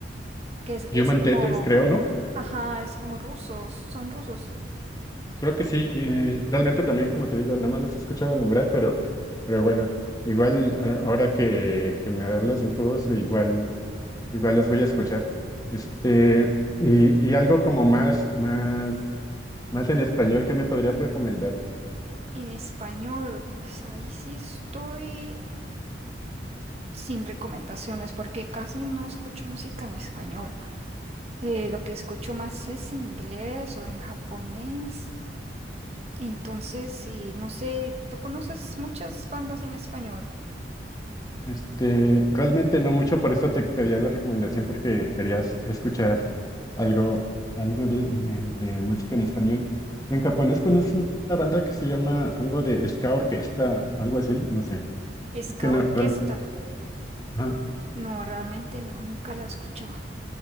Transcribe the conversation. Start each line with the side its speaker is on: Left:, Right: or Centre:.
Right: que es,
Left: Human
Right: es como,
Left: Tetris, creo, ¿no?
Right: ajá, es como rusos, son rusos.
Left: Creo que sí, eh, realmente también, como te digo, nada más los he escuchado nombrar, pero, pero bueno, igual a- ahora que, que me hablas de Incubus, igual... Igual los voy a escuchar. Este, y, y algo como más, más, más en español que me podrías recomendar.
Right: En español, pues ahí sí estoy sin recomendaciones porque casi no escucho música en español. Eh, lo que escucho más es en inglés o en japonés. Entonces, sí, no sé, ¿tú conoces muchas bandas en español?
Left: Este, realmente no mucho, por eso te pedía la recomendación porque querías escuchar algo, algo de, eh, de música en español. En japonés conoces una banda que se llama algo de ska orquesta, algo así, no sé. Y
Right: Ska
Left: que no,
Right: Orquesta.
Left: real- ajá.
Right: No, realmente no, nunca la he escuchado.